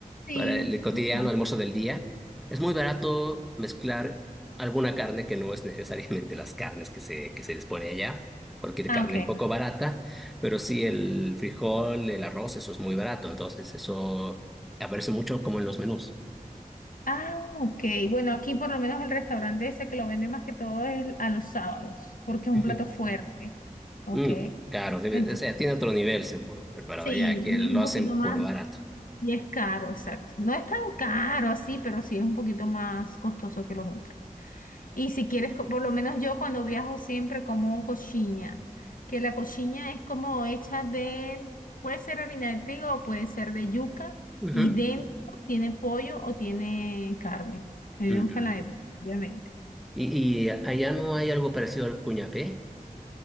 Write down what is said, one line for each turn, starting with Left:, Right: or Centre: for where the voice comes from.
Left: Sí.
Centre: para el cotidiano
Left: Ajá.
Centre: almuerzo del día. Es muy barato mezclar alguna carne que no es necesariamente las carnes que se, que se les pone allá. Cualquier
Left: Ah,
Centre: carne
Left: ok.
Centre: un poco barata, pero sí el frijol, el arroz, eso es muy barato. Entonces, eso aparece mucho como en los menús.
Left: Ah, ok. Bueno, aquí por lo menos el restaurante ese que lo vende más que todo es a los sábados, porque es
Centre: Ujú.
Left: un plato fuerte. Ok.
Centre: Mm, claro, debe-
Left: Entonces,
Centre: o sea, tiene otro nivel seguro preparado
Left: Sí,
Centre: allá, que
Left: y
Centre: lo
Left: es un
Centre: hacen
Left: poquito más,
Centre: por barato.
Left: y es caro, exacto. No es tan caro así, pero sí es un poquito más costoso que los otros. Y si quieres, co- por lo menos yo cuando viajo siempre como coxinha, que la coxinha es como hecha de, puede ser harina de trigo o puede ser de yuca,
Centre: Ujú.
Left: y dentro tiene pollo o tiene carne. A mí
Centre: Mm,
Left: me gusta
Centre: mm.
Left: la de pollo, obviamente.
Centre: ¿Y, y allá no hay algo parecido al cuñapé?